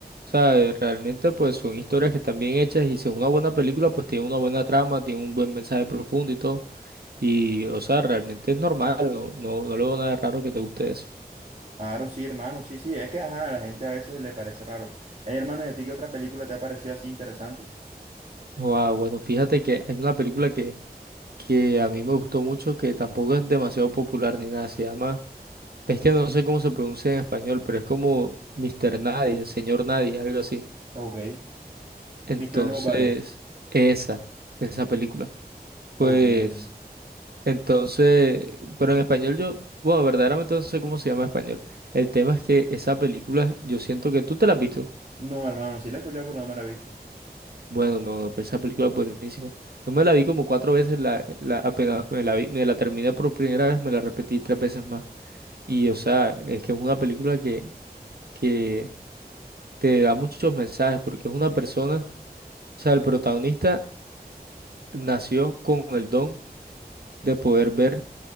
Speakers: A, on the right; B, on the right.
A: O sea, eh, realmente pues son historias que están bien hechas y si es una buena película, pues tiene una buena trama, tiene un buen mensaje profundo y todo. Y, o sea, realmente es normal, no, no, no le veo nada de raro que te guste eso.
B: Claro, sí, hermano, sí, sí, es que, ajá, a la gente a veces le parece raro. Hey, hermano, ¿y a ti qué otra película te ha parecido así interesante?
A: Wow, bueno, fíjate que hay una película que, que a mí me gustó mucho, que tampoco es demasiado popular ni nada, se llama, es que no sé cómo se pronuncia en español, pero es como Mister Nadie, Señor Nadie, algo así.
B: Ok.
A: Entonces,
B: Mr. Nobody.
A: esa, esa película. Pues,
B: Ok, ok.
A: entonces, pero en español yo, bueno, verdaderamente no sé cómo se llama en español. El tema es que esa película, yo siento que tú te la has visto.
B: No, hermano, sí la he escuchado, pero no me la he visto.
A: Bueno, no, no, pero esa película es buenísima. Yo me la vi como cuatro veces, la, la, apenas me la vi, me la terminé por primera vez, me la repetí tres veces más. Y o sea, es que es una película que, que te da muchos mensajes, porque es una persona, o sea, el protagonista nació con el don de poder ver